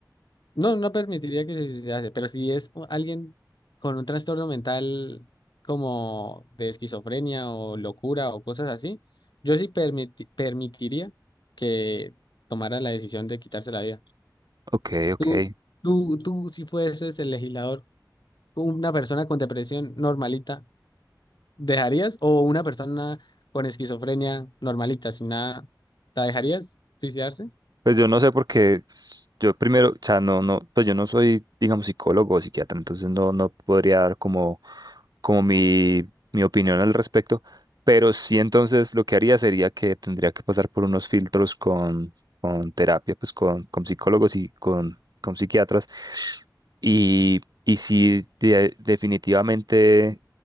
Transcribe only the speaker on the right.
Ok, ok.
Pues yo no sé porque pues, yo primero, o sea, no, no, pues yo no soy, digamos, psicólogo o psiquiatra, entonces no, no podría dar como, como mi, mi opinión al respecto, pero sí entonces lo que haría sería que tendría que pasar por unos filtros con, con terapia, pues con, con psicólogos y con, con psiquiatras, y, y si de- definitivamente